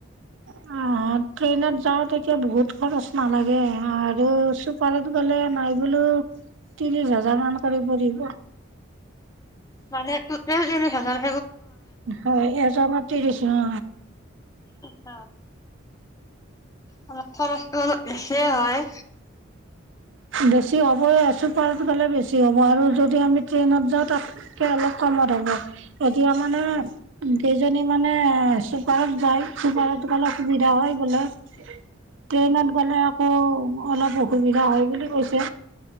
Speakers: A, on the right; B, on the left.
A: ট্ৰেইনত যাওঁ তেতিয়া বহুত খৰচ নালাগে আৰু চুপাৰত গ'লে নাই বোলো ত্ৰিশ হাজাৰ মান কৰি পৰিব
B: মানে তোতেল ত্ৰিশ হাজাৰ
A: হয় এজনত ত্ৰিশ অ
B: অ অলপ খৰচটো অলপ বেছিয়ে হয়
A: বেছি হ'বই চুপাৰত গ'লে বেছি হ'ব আৰু যদ দি আমি ট্ৰেইনত যাওঁ তাত কে অলপ কমত হ'ব এতিয়া মানে কেইজনী মানে চুপাৰত যায় চুপাৰত গলে সুবিধা হয় বোলে ট্ৰেইনত গ'লে আকৌ অলপ অসুবিধা হয় বুলি কৈছে